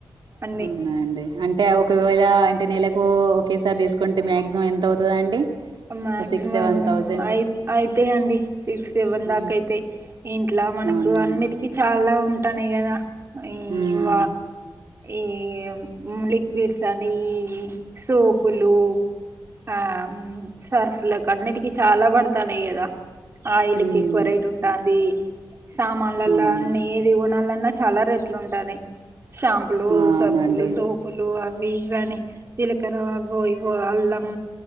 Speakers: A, on the right; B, on the right.
A: అన్నీ
B: అవునా అండి అంటే ఒకవేళ అంటే నెల కు ఓకేసారి తీస్కుంటే మ్యాక్సిమం ఎంత అవుతదండి
A: మక్సిమం
B: ఓ సిక్స్ సెవెన్ థౌజండ్
A: అయి అయితాయి అండి సిక్స్ సెవెన్ దాకా
B: మ్
A: అయితాయ్ ఇంట్ల మనకు
B: అవునండి
A: అన్నిటికీ చాల ఉంటానయి కదా ఈవ
B: ఉమ్
A: ఈ లిక్విడ్స్ అని సోపులు ఆ సర్ఫ్లకన్నిటికీ చాల పడ్తాన్నాయి కదా ఆయిల్కి
B: ఉమ్
A: ఎక్కువ రేట్ ఉంటాంది సామాన్లలో
B: అవునండి
A: అన్నీ కొనాలన్న చాల రెట్లు ఉంటాయి షాంపులు
B: ఆ అవునండి
A: సబ్బులు సో పులు అవి ఇవి అని జీలకర అవొ ఇవొ అల్లం